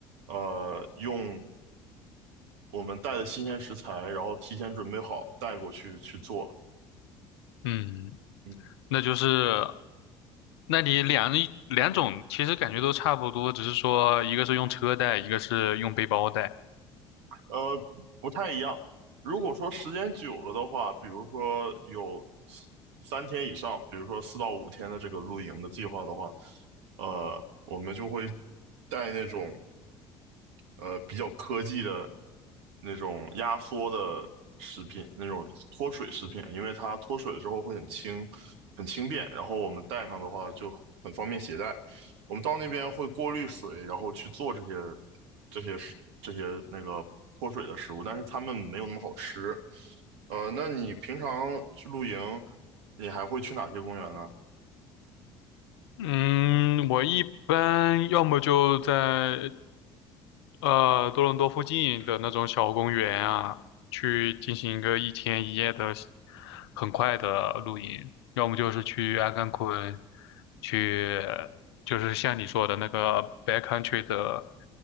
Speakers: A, on the right; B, on the left.
A: 呃用我们带的新鲜食材，然后提前准备好带过去去做。
B: 嗯，
A: 嗯，
B: 那就是，那你两一两种其实感觉都差不多，只是说一个是用车带，一个是用背包带。
A: 呃，不太一样。如果说时间久了的话，比如说有三天以上，比如说四到五天的这个露营的计划的话，呃，我们就会带那种。呃比较科技的那种压缩的食品，那种脱水食品啊，因为它脱水了之后会很轻、很轻便，然后我们带上的话就很方便携带。我们到那边会过滤水，然后去做这些、这些食这些那个脱水的食物，但是它们没有那么好吃。呃，那你平常去露营，你还会去哪些公园呢？
B: 嗯，我一般要么就在呃，多伦多附近的那种小公园啊，去进行一个一天一夜的很快的露营，要么就是去阿甘昆，去就是像你说的那个 backcountry 的